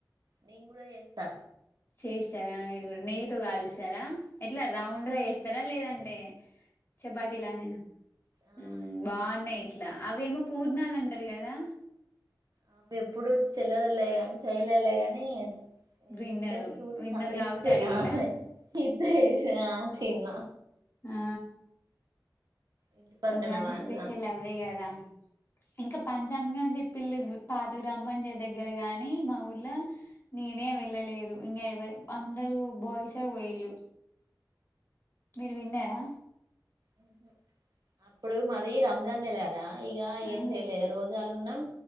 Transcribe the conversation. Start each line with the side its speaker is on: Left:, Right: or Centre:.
Right: నేను కూడా ఏస్తా
Left: చేస్తారా మీరు కూడా నె కలుస్తారా ఎట్లా రౌండ్
Right: ఆ నేను
Left: గా వస్తారా లేదంటే టీ చపాతి లానే నా
Right: ఆ
Left: ఉమ్
Right: ఇట్లానే
Left: బాగున్నాయి
Right: చేస్తా
Left: ఇట్లా అవేమో పూర్ణాల అంటారు కదా
Right: అ ఎప్పుడుూ తెలియలే కాని చేయలేలే ని ఏంటే
Left: విన్నరు
Right: చూసిన
Left: విన్నరు
Right: ఇస్తే
Left: కాబట్టి అడిగిలా
Right: ఆ ఇ చూసిన తిన్న
Left: ఆ
Right: ఇంటి పక్కన
Left: ఉగాది
Right: వాళ్ళు
Left: స్పెషల్
Right: అక్క
Left: అవ్వే గదా ఇంకా
Right: అవును
Left: పంచామంగంని చెప్ప పిల్లు పాత గ్రామ పంచాయత్ దగ్గర గాని మా ఊర్లో నేనే వెళ్ళలేరు ఇంకా ఎవ అందరుూ బాయ్సే వయళు మీరు విన్నారా
Right: ఉహుమ్ అప్పుడు మాది రంజాన్లుల కదా ఇగ
Left: ఆ
Right: ఏం చేయలేదు రోజలు ఉన్నాం